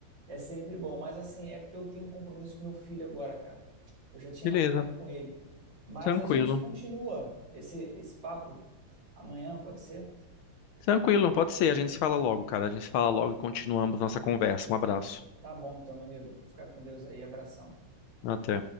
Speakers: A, on the right; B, on the left.
A: É sempre bom. Mas assim, é porque eu tenho um compromisso com meu filho agora, cara. Eu já tinha
B: Beleza,
A: marcado com ele. Mas
B: tranquilo.
A: a gente continua esse, esse papo amanhã, pode ser?
B: Tranquilo, pode ser. A gente se fala logo, cara. A gente se fala logo e continuamos nossa conversa. Um abraço.
A: Tá bom, então, meu amigo. Fica com Deus aí. Abração.
B: Até.